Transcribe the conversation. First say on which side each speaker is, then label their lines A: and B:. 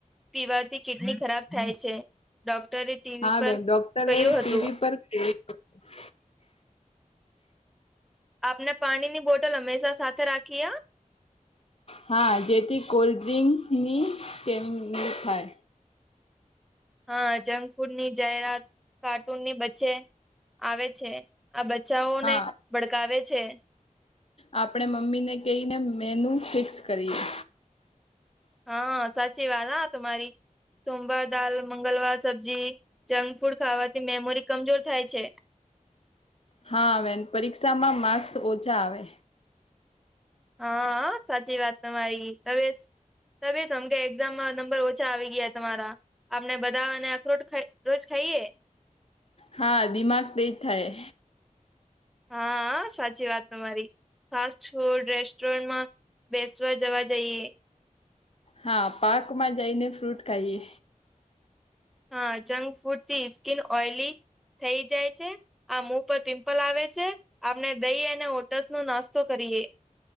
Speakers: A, in the centre; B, on the left.
A: પીવાથી કિડની ખરાબ થાય છે. ડોક્ટરે ટીવી
B: હા
A: પર
B: બેન ડોક્ટરે
A: કહ્યું હતું.
B: <inaudible>
A: આપને પાણીની બોટલ હંમેશા સાથે રાખીએ
B: હા જેથી કોલ્ડ ડ્રિંકની કેમ ની થાય
A: હા જંક ફૂડની જાહેરાત કાર્ટૂનની બચ્ચે આવે છે. આ બચ્ચાઓને
B: હા
A: ભડકાવે છે.
B: આપણે મમ્મીને કેય ને મેનુ ફિક્સ કરીએ
A: હા સાચી વાત હા તમારી સોમવાર દાલ મંગલવાર સબ્જી જંક ફૂડ ખાવાથી મેમોરી કમજોર થાય છે.
B: હા આવે પરીક્ષામાં માર્ક્સ ઓછા આવે
A: હા સાચી વાત તમારી હવે તમે સમ કે એક્ઝામમાં નંબર ઓછા આવી ગયા તમારા આપને બધા અને અખરોટ રોજ ખાઈએ
B: હા દિમાગ તેજ થાય
A: હા સાચી વાત તમારી ફાસ્ટ ફૂડ રેસ્ટોરન્ટમાં બેસવા જવા જઈએ
B: હા પાર્કમાં જઈને ફ્રૂટ ખાઈએ
A: હા જંક ફૂડથી સ્કીિન ઓઈલી થઈ જાય છે. આ મુ પર પિમ્પલ આવે છે, આપણે દહી અને ઓટસનો નાસ્તો કરીએ